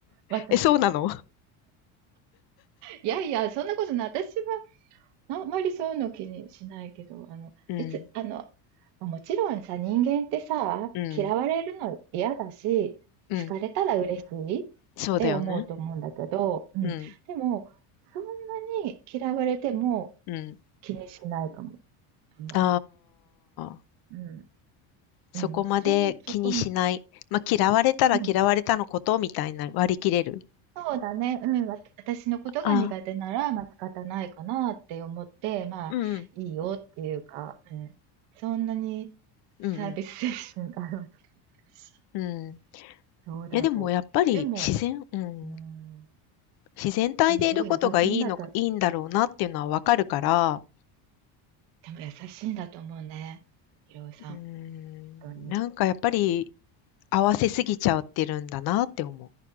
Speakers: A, on the right; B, on the left.
A: 私。
B: え、そうなの
A: いやいや、そんなことない。私はあんまりそういうの気にしないけど、あの、
B: うん。
A: 別、あの、もちろんさ、人間ってさ、
B: うん。
A: 嫌われるの嫌だし、
B: うん。
A: 好かれたら嬉しいっ
B: そうだよね。
A: て思うと思うんだけど、うん。
B: うん。
A: でも、そんなに嫌われても
B: うん。
A: 気にしないかも、あんまり。
B: ああ。
A: うん。
B: そこまで気にしない。
A: うん。そん、そこま、
B: まあ、嫌われたら嫌われたのことみたいな割り切れる。
A: うん。そうだね。うん。わ私のことが苦手なら、
B: あ、
A: まあ、仕方ないかなって思って、まあ、
B: うん
A: いいよっていうか、うん。そんなに
B: うん、うん
A: サービス精神があるわけだし、
B: うん、うん。い
A: どうだろう。
B: や、でもやっぱり自然、
A: でも、
B: うん、
A: うん。
B: 自然体でいることがいいの、
A: でもすごい優しいんだと、
B: いいんだろうなっていうのはわかるから、
A: でも優しいんだと思うね。ひろおさん、
B: うーん、
A: 本当に。
B: なんかやっぱり合わせすぎちゃってるんだなって思う。